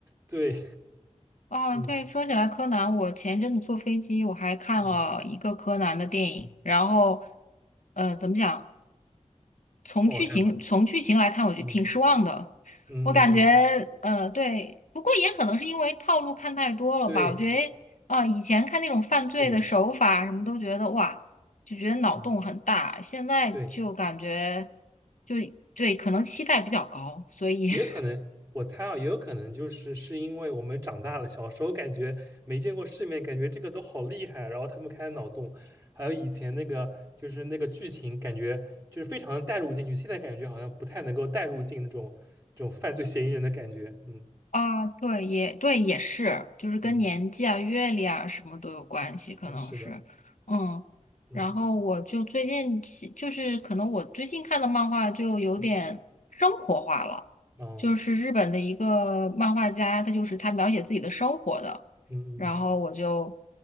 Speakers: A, on the right; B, on the left.
A: 对，
B: 哦，
A: 嗯
B: 对，说起来柯南，我前一阵子坐飞机，我还看了一个柯南的电影，
A: 嗯嗯，
B: 然后，呃，怎么讲？从剧情从剧情来看，
A: 不好看吧？
B: 我觉得挺失望的。
A: 嗯嗯嗯，
B: 我感觉，呃，对，不过也可能是因为套路看太多了吧。
A: 对，
B: 我觉得，啊、以前看那种犯罪的手法什么都觉得哇，
A: 是的，
B: 就觉得脑洞很大，
A: 嗯
B: 现在就感觉
A: 对。
B: 就对，可能期待比较高，所以
A: 也可能，
B: <laughs>
A: 我猜啊，也有可能就是是因为我们长大了，小时候感觉没见过世面，感觉这个都好厉害啊，然后他们开脑洞，还有以前那个就是那个剧情，感觉就是非常的带入进去，现在感觉好像不太能够带入进那种这种犯罪嫌疑人的感觉，嗯
B: 啊，对，也对，也是，就是跟年纪啊、
A: 嗯，
B: 阅历啊什么都有关系，
A: 是的，
B: 可能是，
A: 是的，
B: 嗯。
A: 嗯
B: 然后我就最近喜，就是可能我最近看的漫画就有点生活化了，
A: 嗯哦，
B: 就是日本的一个漫画家，他就是他描写自己的生活的，
A: 嗯嗯嗯，
B: 然后我就